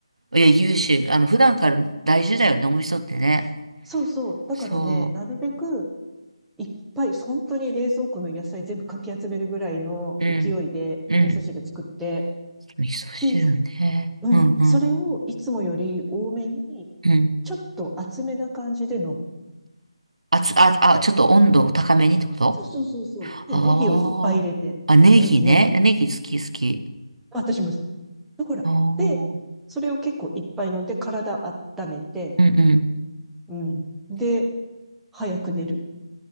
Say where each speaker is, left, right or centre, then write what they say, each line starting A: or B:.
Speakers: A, on the right; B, in the centre.
A: いや、優秀。あの、普段から大事だよね、お味噌ってね。
B: そうそう。だからね、
A: そ
B: なるべくいっぱい、本当に冷蔵庫の野菜全部かき集めるぐらいの勢いでお味噌汁作って、
A: う。うん、うん。味噌汁ね。
B: で、うん、
A: うん、うん、
B: それをいつもより多めに、
A: うん。
B: ちょっと厚めな感じで飲む。
A: あつ、あ、あ、ちょっと温度を高めにってこと
B: そうそうそうそうで、
A: ああ。
B: ネギをいっぱい入れて、
A: あ、ネギね。
B: ネギネギ。
A: ネギ好き好き。
B: 私も、だから。
A: ああ。
B: で、それを結構いっぱい飲んで、体温めて、
A: うんうん。
B: うん。で、早く寝る。